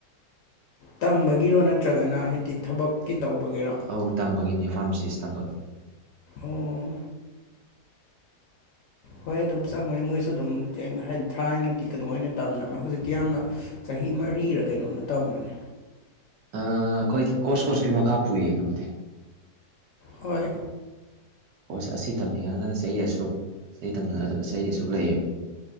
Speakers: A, on the left; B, on the right.
A: ꯇꯝꯕꯒꯤꯔꯣ ꯅꯠꯇ꯭ꯔꯒꯅ ꯍꯥꯏꯗꯤ ꯊꯕꯛꯀꯤ ꯇꯧꯕꯒꯤꯔꯣ
B: ꯑꯧ ꯇꯝꯕꯒꯤꯅꯦ ꯐꯥꯔꯃꯁꯤꯁ ꯇꯝꯕꯒꯤ
A: ꯎꯝ ꯍꯣꯏ ꯑꯗꯨꯝ ꯆꯪꯉꯣꯌꯨ ꯃꯣꯏꯁꯨ ꯑꯗꯨꯝ <unintelligible> ꯍꯥꯏꯗꯤ ꯊꯥꯏꯅꯗꯤ ꯀꯩꯅꯣ ꯑꯣꯏꯅ ꯇꯝꯅꯕ ꯍꯧꯖꯤꯛꯇꯤ ꯌꯥꯝꯅ ꯆꯍꯤ ꯃꯔꯤꯔ ꯀꯩꯅꯣꯝꯃ ꯇꯝꯕꯅꯤ
B: ꯑꯥ ꯑꯈꯣꯏ ꯀꯣꯔꯁ ꯀꯣꯔꯁꯀꯤ ꯃꯈꯥ ꯄꯨꯏ ꯑꯗꯨꯕꯨꯗꯤ
A: ꯍꯣꯏ
B: ꯀꯣꯔꯁ ꯑꯁꯤ ꯇꯝꯅꯤꯡꯉꯒꯅ ꯆꯍꯤ ꯑꯁꯨꯛ <unintelligible> ꯇꯅꯤꯡꯉꯒꯅ ꯆꯍꯤ ꯑꯁꯨꯛ ꯂꯩꯌꯦꯕ